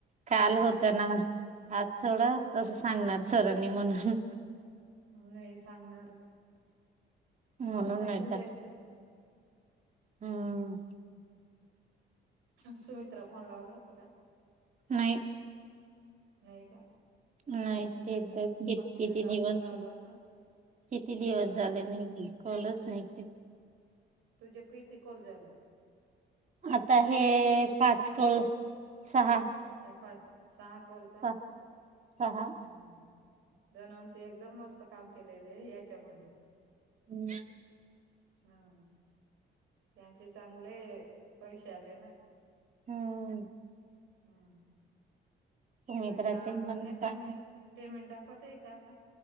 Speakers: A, on the right (about 40°); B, on the right (about 85°).
A: काल
B: नाही
A: होत ना आज आज थोडं असं सांगणार सरांनी म्हणून
B: नाही सांगणार
A: म्हणून
B: ह टाकून
A: नाही टाकलं.
B: द्यायच ना
A: हम्म
B: हम्म सुमित्रा फोन लावला होत का
A: नाही
B: नाही का
A: नाही
B: मी संध्या
A: ते तर किती
B: अंजलीला
A: किती दिवस
B: फोन लावला होता
A: किती दिवस
B: हम्म
A: झाले नाही कोणाच नाही
B: तुझ्याक इथे कॉल झाला
A: आता हे पाच कॉल सहा
B: हा सहा कॉल का
A: सहा सहा.
B: <inaudible> एकदम मस्त काम केलेले याच्यामध्ये
A: हम्म
B: हम्म त्यांचे चांगले पैसे आले ना
A: हम्म
B: हम्म
A: सुमित्राचे
B: तुझ्या अजून
A: पण
B: नाही
A: का-
B: पेमेंट दाखवते आहे का आता